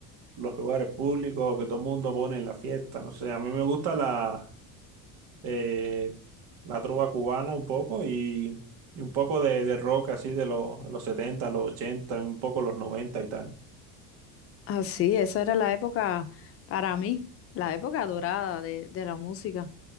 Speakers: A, on the right (about 70°); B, on the left (about 35°).
A: los lugares públicos que todo el mundo pone en la fiesta, no sé, a mí me gusta la, eh, la trova cubana un poco y, y un poco de, de rock así de los, los 70 los 80 un poco los 90 y tal.
B: Ah, sí, esa era la época para mí, la época dorada de, de la música